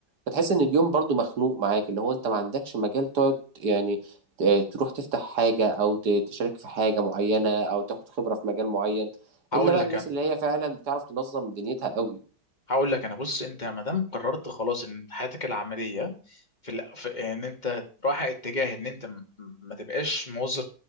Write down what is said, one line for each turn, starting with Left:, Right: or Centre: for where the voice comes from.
Right: بتحس ان اليوم برضو مخنوق معاك اللي هو انت ما عندكش مجال تقعد يعني آه، تروح تفتح حاجة او ت- تشارك في حاجة معينة او تاخد خبرة في مجال معين
Left: هقول
Right: الا بقى
Left: لك
Right: الناس
Left: انا
Right: اللي هي فعلا بتعرف تنظم دنيتها قوي
Left: هقول لك انا بص انت ما دام قررت خلاص ان حياتك العمليه في, ال... في ان انت رايح اتجاه ان انت م- ما تبقاش موظف